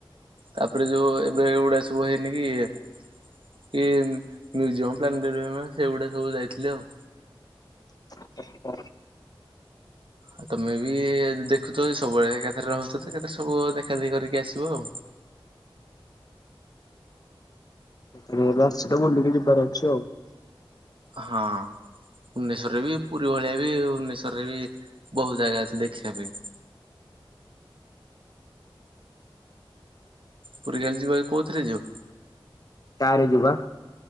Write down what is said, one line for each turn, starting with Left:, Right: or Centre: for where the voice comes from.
Right: ତାପରେ ଯୋଉ ଏବେ ଏଗୁଡାଆ ସବୁ ହେଇନି କି ଇଏ କି ମୁଜିୟମ୍ ପ୍ଲାନେଟୋରିୟମ ସେଗୁଡା ସବୁ ଯାଇଥିଲେ ଆଉ
Left: <inaudible>
Right: ଆଉ ତମେ ବି ଦେଖୁଛ ସବୁବେଳେ କେଥେ ରହୁଛ ତ କେତେରେ ସବୁ ଦେଖା ଦେଖି କରିକି ଆସିବ ଆଉ।
Left: ହଁ ରାସିଟା ବୁଲିକି ଯିବାର ଅଛି ଆଉ।
Right: ହଁ। ଭୁବନେଶ୍ୱରରେ ବି ପୁରୀ ଭଳିଆ ବି ଭୁବନେଶ୍ୱରରେ ବି ବହୁତ ଜାଗା ଅଛି ଦେଖିଆ ପାଇଁ। ପୁରୀ କାଲି ଯିବ କୋଉଥିରେ ଯିବ?
Left: କାର୍ ରେ ଯିବୁ ବା